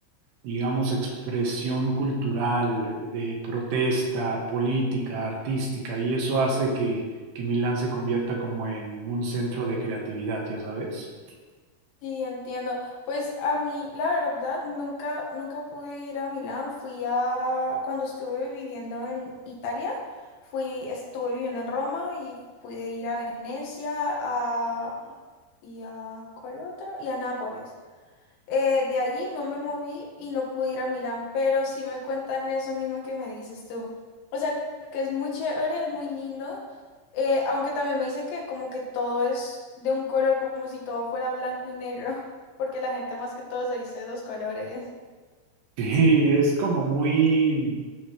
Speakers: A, on the right (about 70°); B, on the left (about 85°).
A: digamos, expresión cultural, de protesta, política, artística, y eso hace que, que Milán se convierta como en un centro de creatividad, ya sabes. <laughs>
B: Sí, entiendo. Pues a mí, la verdad, nunca, nunca pude ir a Milán. Fui a, cuando estuve viviendo en Italia, fui, estuve viviendo en Roma y pude ir a Venecia, a, y a, ¿cuál otro? Y a Nápoles. Eh, de ahí no me moví y no pude ir a Milán, pero sí me cuentan eso mismo que me dices tú. O sea, que es muy chévere, es muy lindo, eh, aunque también me dicen que como que todo es de un color, como si todo fuera blanco y negro, <laughs> porque la gente más que todo se dice dos colores.
A: Sí, es como muy,